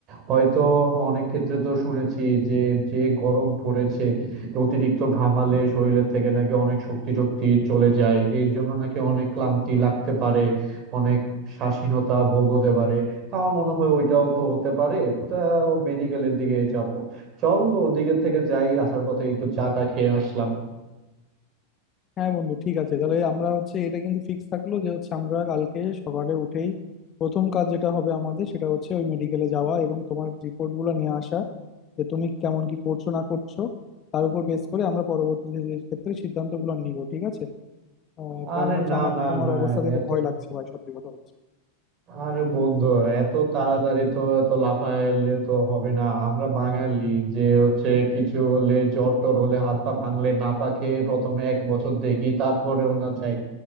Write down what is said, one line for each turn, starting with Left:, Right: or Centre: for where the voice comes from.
Right: হয়তো অনেক ক্ষেত্রে তো শুনেছি যে যে গরম পড়েছে অতিরিক্ত ঘামালে শরীরের থেকে নাকি অনেক শক্তি টক্তি চলে যায় এর জন্য নাকি অনেক ক্লান্তি লাগতে পারে অনেক স্বাধীনতা ভোগ হতে পারে তা আমার মনে হয় ওইটাও তো হতে পারে তা মেডিকেলের দিকে যাব চল ওদিকের থেকে যাই আসার পথে একটু চা টা খেয়ে আসলাম
Left: হ্যাঁ বন্ধু ঠিক আছে তাহলে আমরা হচ্ছে এটা কিন্তু ফিক্স থাকলো যে হচ্ছে আমরা কালকে সকালে উঠেই প্রথম কাজ যেটা হবে আমাদের সেটা হচ্ছে ওই মেডিকেলে যাওয়া এবং তোমার রিপোর্ট গুলো নিয়ে আসা যে তুমি কেমন কি করছো না করছো তার উপর বেস করে আমরা পরবর্তী যে- যে ক্ষেত্রে সিদ্ধান্ত গুলো নিব ঠিক আছে আহ,
Right: আরে
Left: কারণ হচ্ছে
Right: না
Left: আমার
Right: না
Left: তো তোমার
Right: না
Left: অবস্থা দেখে
Right: এত
Left: ভয় লাগছে ভাই সত্যি কথা বলছি
Right: আরে বন্ধু এত তাড়াতাড়ি তো এত লাফাইলে তো হবে না আমরা বাঙালি যে হচ্ছে কিছু হলে জ্বর টর হলে হাত পা ভাঙলে না পাকে প্রথমে এক বছর দেখি তারপরেও না যাই